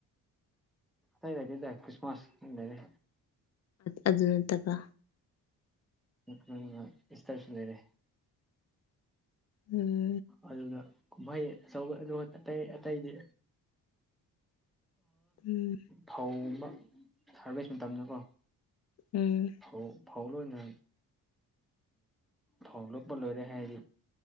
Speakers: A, in the centre; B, on the left.
A: ꯑꯇꯩ ꯂꯩꯇꯦꯗꯥ ꯈ꯭ꯔꯤꯁꯃꯥꯁꯇꯨꯝ ꯂꯩꯔꯦ
B: ꯑꯗꯨ ꯅꯠꯇꯕ
A: ꯃꯊꯪꯅ ꯏꯁꯇꯔꯁꯨ ꯂꯩꯔꯦ
B: ꯎꯝ
A: ꯑꯗꯨꯅ ꯀꯨꯝꯍꯩ ꯑꯆꯧꯕ ꯑꯗꯨ ꯑꯇꯩ ꯑꯇꯩꯗꯤ
B: ꯎꯝ
A: ꯐꯧ ꯑꯃ ꯍꯥꯔꯚꯦꯁ ꯃꯇꯝꯗꯀꯣ
B: ꯎꯝ
A: ꯐꯧ ꯐꯧ ꯂꯣꯢꯅ ꯐꯧ ꯂꯣꯛꯄ ꯂꯣꯏꯔꯦ ꯍꯥꯏꯗꯤ